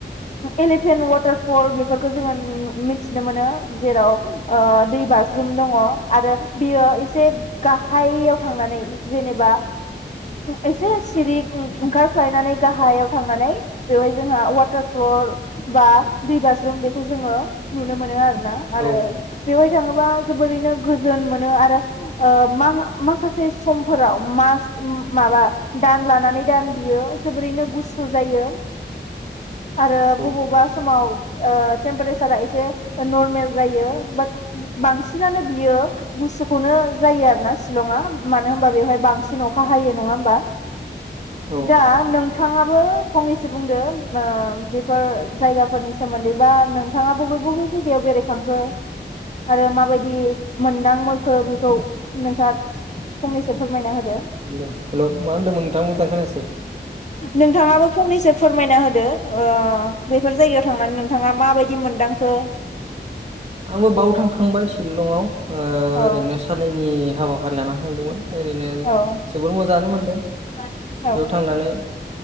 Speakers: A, on the left (about 40°); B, on the right (about 35°).
A: एलिफेन्ट वाटार फल बेफोरखो जोङो नु नु मिथिनो मोनो जेराव ओ दै बाजरुम दङ आरो बियो एसे गाहायाव थांनानै जेनेबा एसे सिरि ओंखारख्लायनानै गाहायाव थांनानै बेवहाय जोंहा वाटार फ्लर बा दै बाजरुम बेखौ जोङो नुनो मोनो आ ना आरो
B: औ
A: बेवहाय थाङोबा जोबोरैनो गोजोन मोनो आरो ओ मा-माखासे समफोराव मास माबा दान लानानै दान बियो जोबोरैनो गुसु जायो आरो
B: औ
A: बबावबा समाव ओ टेम्पारेसारा एसे नरमेल जायो बाट बांसिनानो बियो गुसु खौनो जायो आरो ना शिलङा मानो होनबा बेवहाय बांसिन अखा हायो नङा होमबा?
B: हेल'
A: दा नोंथाङा बो फंनैसो बुंदो ओ जायगाफोरनि सोमोन्दै बा नोंथाङा बबे बबे जायगायाव बेरायखांखो आरो मा बायदि मोनदां खो बेखौ नोंथाङा फंनैसो फोरमायना होदो
B: हेल हेलौ मा होनदोंमोन नोंथाङा मोजां खोनासै।
A: नोंथाङाबो फंनैसो फोरमायना होदो ओ बेफोर जायगायाव थांनानै नोंथाङा माबायदि मोनदांखो।
B: आंबो बाव थांखांबाय शिलङाव ओ ओरैनो
A: औ
B: साननैनि हाबा फारि लाना थांदोंमोन। ओरैनो
A: औ
B: जोबोर मोजाङानो मोनदों
A: औ
B: बेयाव थांनानै